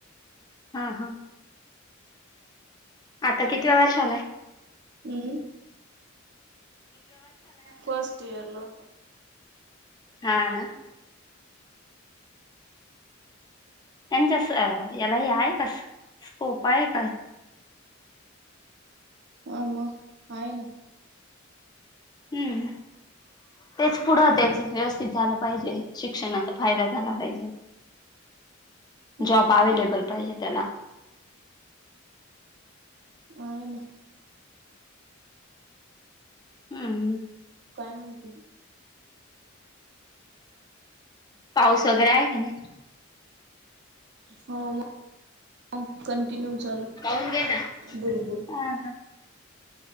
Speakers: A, on the left (about 20°); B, on the right (about 55°).
A: हा. हा. आता किती वर्ष आलाय.
B: हम्म फर्स्ट इयर ल
A: हा ना त्यांच्या याला हे आहे का स्कोप आहे का
B: आम आहेय ना
A: हम्म तेच पुढं तेच व्यवस्थित झालं पाहिजे शिक्षणाचा फायदा झाला पाहिजे
B: हम्म
A: जॉब अवे्लेबल पाहिजे त्याला
B: हय ना
A: हम्म ह
B: काय म्हणते
A: पाऊस वगैरे आहे का नाही?
B: हो मग टनचाल
A: पाहून घे ना
B: बरबल
A: हा हा